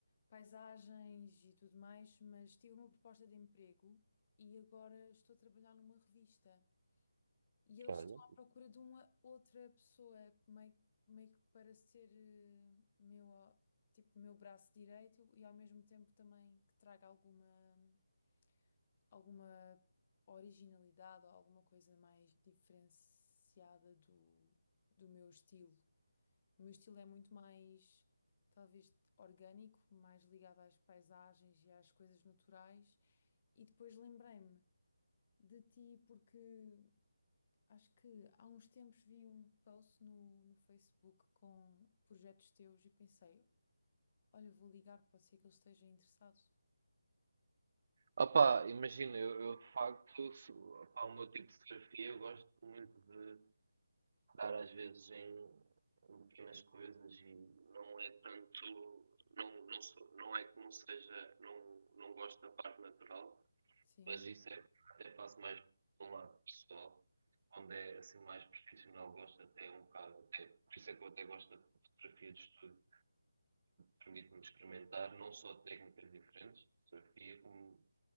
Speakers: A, on the left; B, on the right.
A: paisagens e tudo mais, mas tive uma proposta de emprego e agora estou a trabalhar numa revista. E eles
B: Olha.
A: estão à procura de uma outra pessoa, meio, meio que para ser eh, meu, ó, tipo, meu braço direito e ao mesmo tempo também que traga alguma, alguma originalidade ou alguma coisa mais diferenciada do, do meu estilo. O meu estilo é muito mais, talvez, orgânico, mais ligado às paisagens e às coisas naturais. E depois lembrei-me de ti porque acho que há uns tempos vi um post no, no Facebook com projetos teus e pensei, olha, vou ligar, pode ser que ele esteja interessado.
B: Opá, imagina, eu, eu de facto, se- opá, o meu tipo de fotografia, eu gosto muito de dar às vezes em, em pequenas coisas e não é tanto, não, não, sou- não é que não seja, não, não gosto da parte natural,
A: Sim.
B: mas isso é, até faço mais de um lado pessoal, quando é assim mais profissional gosto até um bocado, até, por isso é que eu até gosto da fotografia de estúdio, permite-nos experimentar não só técnicas diferentes de fotografia, como